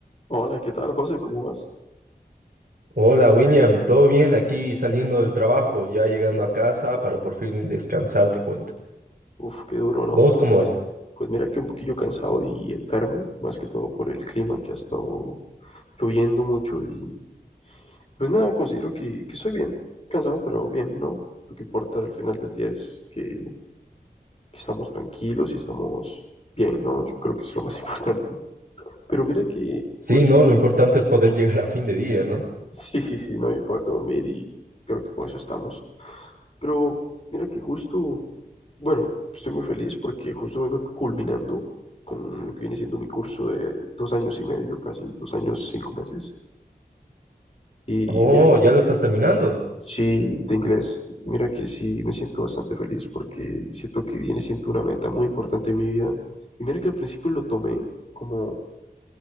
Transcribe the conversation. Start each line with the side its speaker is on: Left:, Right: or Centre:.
Left: Hola, ¿qué tal, José? ¿Cómo vas?
Right: Hola William, ¿todo bien? Aquí saliendo del trabajo, ya llegando a casa para por fin descansar, te cuento.
Left: Uf, qué duro, ¿no?
Right: ¿Vos cómo
Left: Pues,
Right: vas?
Left: pues mira que un poquillo cansado y enfermo, más que todo por el clima que ha estado lloviendo mucho y pues nada, considero que, que estoy bien, cansado, pero bien, ¿no? Lo que importa al final del día es que, que estamos tranquilos y estamos bien, ¿no? Yo creo que eso es lo más <laughs> importante. Pero mira que
Right: Sí,
Left: justo,
Right: no, lo importante es poder <laughs> llegar a fin de día, ¿no?
Left: <laughs> sí, sí, sí, no y poder dormir y creo que con eso estamos. Pero mira que justo Bueno, estoy muy feliz porque justo vengo culminando con lo que viene siendo mi curso de dos años y medio, casi dos años, cinco meses. Y,
Right: Oh,
Left: y mira que
Right: ya lo estás terminando.
Left: sí, de inglés, mira que sí me siento bastante feliz porque siento que viene siendo una meta muy importante en mi vida. Y mira que al principio lo tomé como,